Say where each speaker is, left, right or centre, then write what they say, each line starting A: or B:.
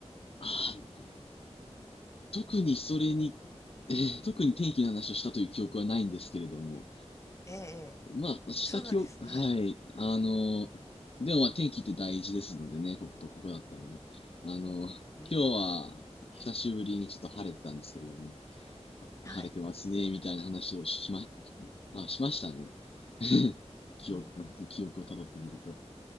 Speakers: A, on the left (about 55°); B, on the left (about 25°).
A: あー、特にそれに、えー特に天気の話をしたという記憶はないんですけれども、
B: ええ、ええ
A: まあ、した記憶、
B: そうなんです。はい。
A: はい、あの、でもまあ、天気って大事ですのでね、こことここだったらね。あの、
B: うん、
A: 今日は、久しぶりにちょっと晴れてたんですけれどもね、
B: はい。
A: あ晴れてますね、みたいな話をしま、あ、しましたね。<laughs> 記憶、
B: うん、
A: <laughs> 記憶をたどってみると。